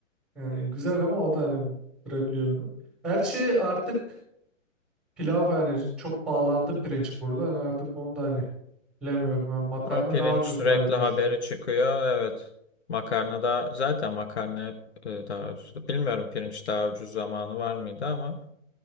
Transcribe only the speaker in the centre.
Yani güzel ama o da hani durabiliyor. Her şey artık pilav yani çok pahalandı pirinç burada. Yani artık onu da hani bilemiyorum. Yani makarna
daha ucuz
galiba
şu an.